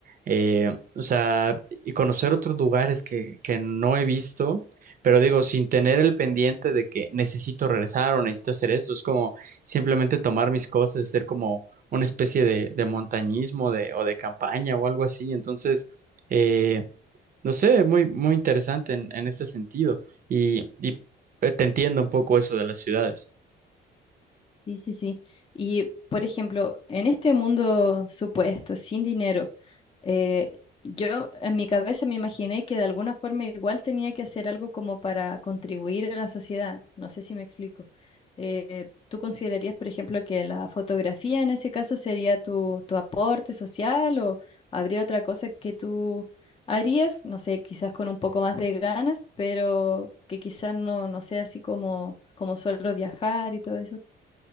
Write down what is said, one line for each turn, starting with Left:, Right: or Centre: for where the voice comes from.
Right: eh, o sea, y conocer otros lugares que, que no he visto, pero digo, sin tener el pendiente de que necesito regresar o necesito hacer esto, es como simplemente tomar mis cosas, hacer como una especie de, de montañismo de, o de campaña o algo así. Entonces, eh, no sé, muy, muy interesante en, en este sentido. Y, y eh, te entiendo un poco eso de las ciudades.
Left: Sí, sí, sí. Y, por ejemplo, en este mundo supuesto, sin dinero, eh, yo en mi cabeza me imaginé que de alguna forma igual tenía que hacer algo como para contribuir a la sociedad. No sé si me explico. Eh, ¿tú considerarías, por ejemplo, que la fotografía en ese caso sería tu, tu aporte social o habría otra cosa que tú harías? No sé, quizás con un poco más de ganas, pero que quizás no, no sea así como, como solo viajar y todo eso.